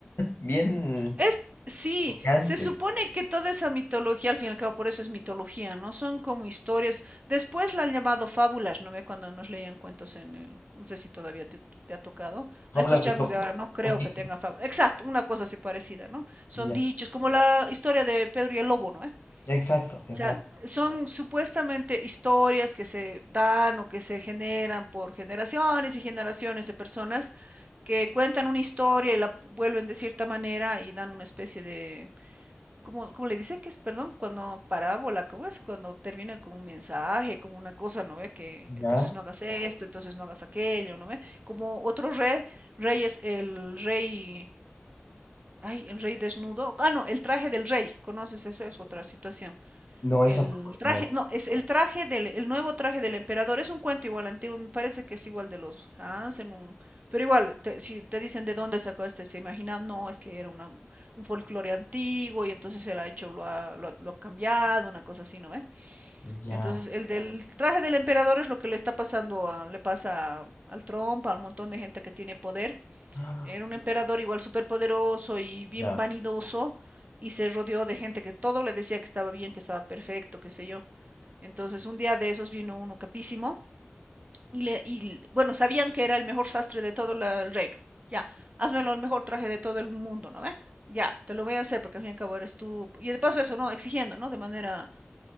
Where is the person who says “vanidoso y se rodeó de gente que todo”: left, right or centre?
Right